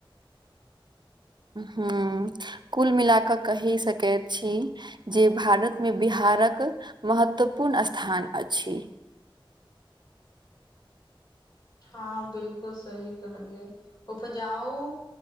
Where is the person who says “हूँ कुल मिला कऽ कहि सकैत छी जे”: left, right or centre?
Right